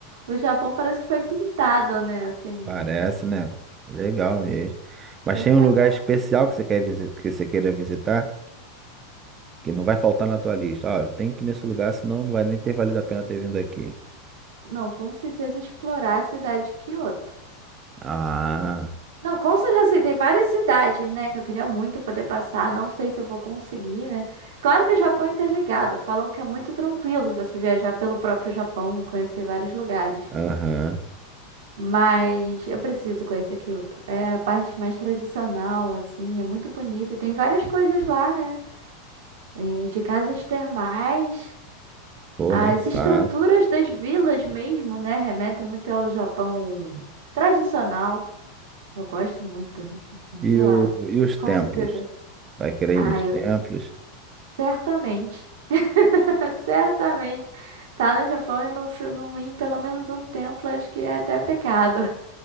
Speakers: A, on the right; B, on the right.
A: O Japão parece que foi pintado, né? Assim,
B: Parece, né? Legal mesmo. Mas
A: sem
B: tem
A: passar.
B: um lugar especial que você quer visi- que você queira visitar, que não vai faltar na tua lista. Ó, eu tenho que ir nesse lugar, senão não vai nem ter valido a pena ter vindo aqui.
A: Não, com certeza explorar a cidade de Kyoto.
B: Ah,
A: Não, com certeza, assim, tem várias cidades, né, que eu queria muito poder passar. Não sei se eu vou conseguir, né? Claro que o Japão é interligado. Falam que é muito tranquilo você viajar pelo próprio Japão e conhecer vários lugares.
B: aham.
A: Mas eu preciso conhecer Kyoto. É a parte mais tradicional, assim, é muito bonita. E tem várias coisas lá, né? É, De casas termais,
B: Pô,
A: as
B: nem
A: estruturas
B: fala.
A: das vilas mesmo, né? Remetem muito ao Japão tradicional. Eu gosto muito, assim,
B: E,
A: sei lá.
B: o, e os
A: Com
B: templos?
A: certeza.
B: Vai querer
A: Ah,
B: ir nos
A: eu
B: templos?
A: certamente, <laughs> certamente. Tá no Japão e não, fui- não ir em pelo menos um templo, acho que é até pecado.